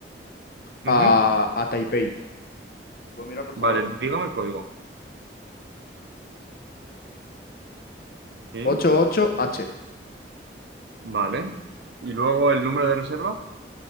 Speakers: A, on the left; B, on the right.
A: a,
B: Ujú.
A: a Taipei. ¿Lo puedo mirar, por
B: Vale,
A: favor?
B: dígame el código. Sí,
A: 5776 ocho h
B: vale. ¿Y luego el número de reserva?